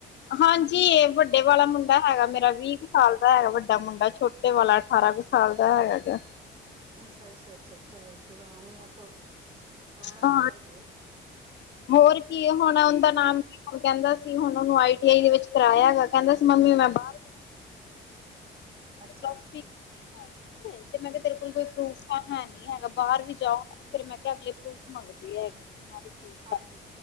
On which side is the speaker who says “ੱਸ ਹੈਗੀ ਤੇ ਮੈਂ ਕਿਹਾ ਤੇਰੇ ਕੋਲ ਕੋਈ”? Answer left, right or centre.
Left